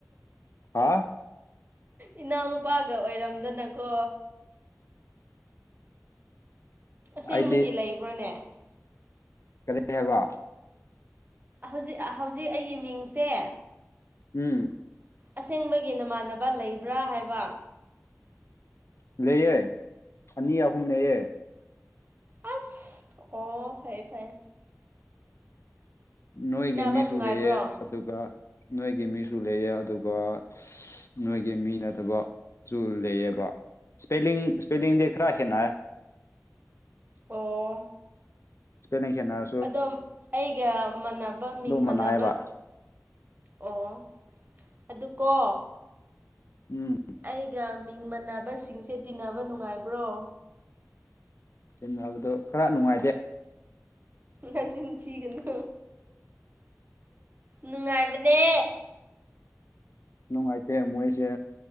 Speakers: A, on the left; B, on the right.
A: ꯍꯥ
B: ꯏꯅꯥꯎ ꯅꯨꯄꯥꯒ ꯑꯣꯏꯔꯝꯗꯅꯀꯣ ꯑꯁꯦꯡꯕꯒꯤ
A: ꯑꯩꯗꯤ
B: ꯂꯩꯕ꯭ꯔꯣꯅꯦ
A: ꯀꯔꯤ ꯍꯥꯏꯕ
B: ꯍꯧꯖꯤꯛ ꯍꯧꯖꯤꯛ ꯑꯩꯒꯤ ꯃꯤꯡꯁꯦ
A: ꯎꯝ
B: ꯑꯁꯦꯡꯕꯒꯤ ꯅꯃꯥꯟꯅꯕ ꯂꯩꯕ꯭ꯔꯥ ꯍꯥꯏꯕ
A: ꯂꯩꯌꯦ ꯑꯅꯤ ꯑꯍꯨꯝ ꯂꯩꯌꯦ
B: ꯑꯁ ꯑꯣ ꯐꯩ ꯐꯩ
A: ꯅꯣꯏꯒꯤ
B: ꯅꯥꯕ
A: ꯃꯤꯁꯨ
B: ꯅꯨꯡꯉꯥꯏꯕ꯭ꯔꯣ
A: ꯂꯩꯌꯦ ꯑꯗꯨꯒ ꯅꯣꯏꯒꯤ ꯃꯤꯁꯨ ꯂꯩꯌꯦ ꯑꯗꯨꯒ ꯅꯣꯏꯒꯤ ꯃꯤ ꯅꯠꯇꯕꯁꯨꯨ ꯂꯩꯌꯦꯕ ꯁꯄꯦꯂꯤꯡ ꯁꯄꯦꯂꯤꯡꯗꯤ ꯈꯔ ꯈꯩꯅꯥꯢꯌꯦ
B: ꯑꯣ
A: ꯁꯄꯦꯂꯤꯡ ꯈꯦꯠꯅ
B: ꯑꯗꯣ ꯑꯩꯒ ꯃꯥꯟꯅꯕ ꯃꯤꯡ ꯃꯥꯟꯅꯕ
A: ꯃꯅꯥꯏꯌꯦꯕ
B: ꯑꯣ ꯑꯗꯨꯀꯣ
A: ꯎꯝ
B: ꯑꯩꯒ ꯃꯤꯡ ꯃꯥꯟꯕꯁꯤꯡꯁꯦ ꯇꯤꯟꯅꯕ ꯅꯨꯡꯉꯥꯏꯕ꯭ꯔꯣ
A: ꯇꯤꯟꯅꯕꯗꯣ ꯈꯔ ꯅꯨꯡꯉꯥꯏꯇꯦ
B: ꯅꯆꯤꯟ ꯊꯤꯒꯅꯨ ꯅꯨꯡꯉꯥꯏꯕꯅꯦ
A: ꯅꯨꯡꯉꯥꯏꯇꯦ ꯃꯣꯏꯁꯦ